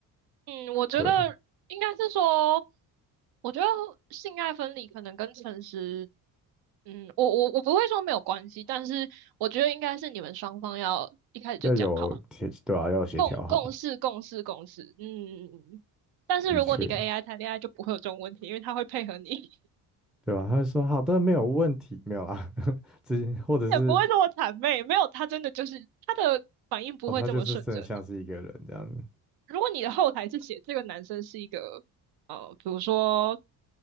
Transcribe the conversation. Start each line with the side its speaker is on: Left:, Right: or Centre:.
Right: 嗯，我觉得应该是说，
Centre: 对啊，
Right: 我觉得性爱分离可能跟诚实，嗯，我我我不会说没有关系，但是我觉得应该是你们双方要一开始就讲好，
Centre: 要有协，对啊，要有协调好，
Right: 共共事共事共事，嗯嗯嗯。嗯但是如果你跟
Centre: 的确，
Right: AI 谈恋爱，就不会有这种问题，因为它会配合你。
Centre: 对啊，他就说好的，没有问题，没有啦，<laughs> 直接或者是
Right: 也不会这么谄媚，没有，他真的就是他的反应不会这么顺着你。
Centre: 哦，他就是真的像是一个人这样子。
Right: 如果你的后台是写这个男生是一个呃，比如说